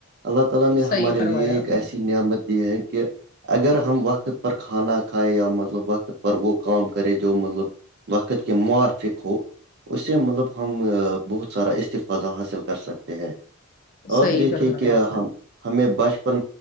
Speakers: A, on the right; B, on the left.
A: اللہ تعالی نے
B: صحیح
A: ہمارے
B: فرمایا
A: لیے ایک
B: آپ نے
A: ایسی
B: ہوں
A: نعمت دی ہے کہ اگر ہم وقت پر کھانا کھائےیں یا مطلب وقت پر وہ کام کریں جو مطلب وقت کے موافق ہو اس سے مطلب ہم بہت سارا استفاذہ حاصل کر سکتے ہیں
B: صحیح
A: اب دیکھے
B: فرمایا
A: کیا
B: آپ نے
A: ہم ہمیں بچ بن